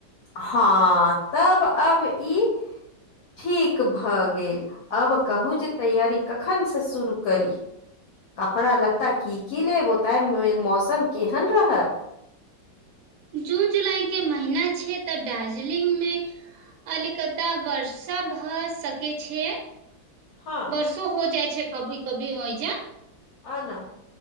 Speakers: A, on the left; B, on the right.
A: हँ तब अब ई ठीक भऽ गेल आब कहू जे तैयरी कखनसँ शुरू करी कपड़ा लत्ता की की लेब ओ तहिमे मौसम केहन रहत
B: जून जुलाई के महिना छै तऽ दार्जिलिंग मे अल कता वर्ष भऽ सक छै
A: हँ
B: वर्षो हो जाइ छै कभी कभी होइज
A: आना <inaudible>